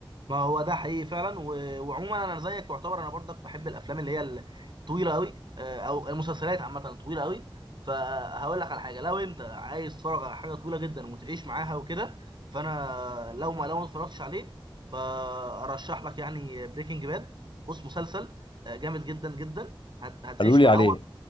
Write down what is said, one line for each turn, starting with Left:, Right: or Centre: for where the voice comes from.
Right: ما هو ده حقيقي فعلا و- وعموما انا زيك واعتبر انا برضك بحب الافلام اللي هي الطويله قوي او المسلسلات عامه الطويله قوي فهقول لك على حاجه لو انت عايز تتفرج على حاجه طويله جدا وتعيش معاها وكده فانا لو ما لو ما اتفرجتش عليه فارشح لك يعني بريكنج باد بص مسلسل آه، جامد جدا جدا هت- هتعيش
Left: قالوا لي
Right: معاه
Left: عليه
Right: هو